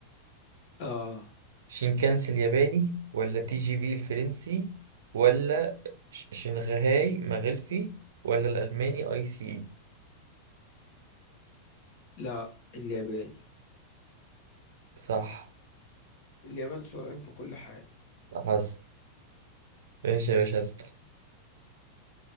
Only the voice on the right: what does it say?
شينكانسي الياباني ولا تي جي في الفرنسي ولا ش- شنغهاي مغلفي ولا الألماني اي سي اي
صح
حصل ماشي يا باشا هسأل